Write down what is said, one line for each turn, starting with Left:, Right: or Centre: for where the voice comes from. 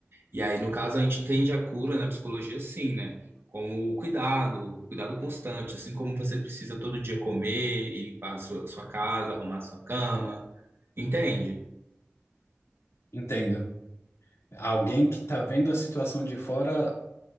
Right: e aí, no caso, a gente entende a cura na psicologia assim, né? Como o cuidado, o cuidado constante, assim como você precisa todo dia comer e limpar a sua, sua casa, arrumar a sua cama. Entende?
Left: Entendo. Alguém que está vendo a situação de fora